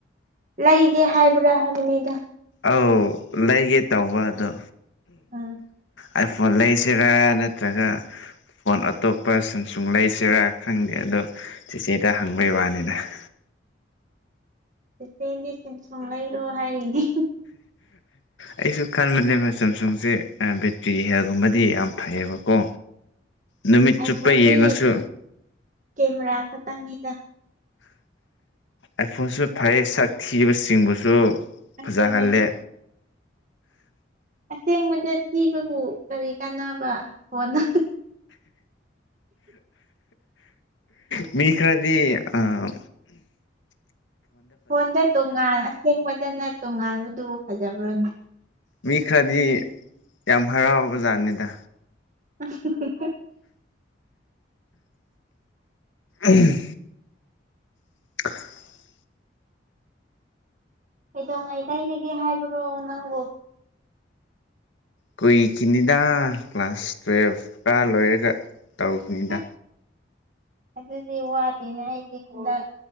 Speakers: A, on the right (about 45°); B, on the left (about 85°).
A: ꯂꯩꯒꯦ ꯍꯥꯏꯕ꯭ꯔꯥ ꯍꯥꯏꯕꯅꯤꯗ
B: ꯑꯧ ꯂꯩꯒꯦ ꯇꯧꯕ ꯑꯗꯣ
A: ꯑꯥ
B: ꯑꯥꯏꯐꯣꯟ ꯂꯩꯁꯤꯔꯥ ꯅꯠꯇ꯭ꯔꯒ ꯐꯣꯟ ꯑꯇꯣꯞꯄ ꯁꯝꯁꯨꯡ ꯂꯩꯁꯤꯔꯥ ꯈꯪꯗꯦ ꯑꯗꯣ ꯆꯤꯆꯦꯗ ꯍꯪꯕꯩ ꯋꯥꯅꯤꯗ <inaudible>
A: ꯏꯆꯦꯗꯤ ꯁꯝꯁꯣꯡ ꯂꯩꯔꯣ ꯍꯥꯏꯔꯤꯅꯦ
B: ꯑꯩꯁꯨ ꯈꯟꯕꯅꯦꯕ ꯁꯦꯝꯁꯨꯡꯁꯦ ꯕꯦꯇ꯭ꯔꯤ ꯍꯦꯜꯒꯨꯝꯕꯗꯤ ꯌꯥꯝ ꯐꯩ ꯕꯀꯣ ꯅꯨꯃꯤꯠ
A: ꯑꯥꯏꯐꯣꯟꯗꯤ
B: ꯆꯨꯞꯄ ꯌꯦꯡꯉꯁꯨ
A: ꯀꯦꯃꯦꯔꯥ ꯈꯇꯪꯅꯤꯗ
B: ꯑꯥꯏꯠꯐꯣꯟꯁꯨ ꯐꯩ ꯁꯛ ꯊꯤꯕ ꯁꯤꯡꯕꯁꯨ
A: ꯑꯗꯨꯅꯦ
B: ꯐꯖꯍꯜꯂꯦ
A: ꯑꯁꯦꯡꯕꯗ ꯊꯤꯕꯕꯨ ꯀꯔꯤ ꯀꯥꯟꯅꯕ ꯐꯣꯟꯗ
B: ꯃꯤ ꯈꯔꯗꯤ ꯑ
A: ꯐꯣꯟꯗ ꯇꯣꯉꯥꯟ ꯑꯁꯦꯡꯕꯗꯅ ꯇꯣꯉꯥꯟꯕꯗꯨꯕꯨ ꯐꯖꯕ꯭ꯔꯣꯅꯦ
B: ꯃꯤ ꯈꯔꯗꯤ ꯌꯥꯝ ꯍꯔꯥꯎꯕ ꯖꯥꯠꯅꯤꯗ
A: ꯑ <unintelligible>
B: ꯎꯝ <unintelligible>
A: ꯀꯩꯗꯧꯉꯩ ꯂꯩꯔꯒꯦ ꯍꯥꯏꯕꯅꯣ ꯅꯪꯕꯣ
B: ꯀꯨꯏꯈꯤꯅꯤꯗ ꯀ꯭ꯂꯥꯁ ꯇꯨꯋꯦꯜꯐ ꯀꯥꯕ ꯂꯣꯏꯔꯒ ꯇꯧꯒꯅꯤꯗ
A: ꯑꯁ ꯑꯗꯨꯗꯤ ꯋꯥꯠꯂꯤꯅꯦ ꯑꯩꯗꯤ ꯍꯟꯗꯛ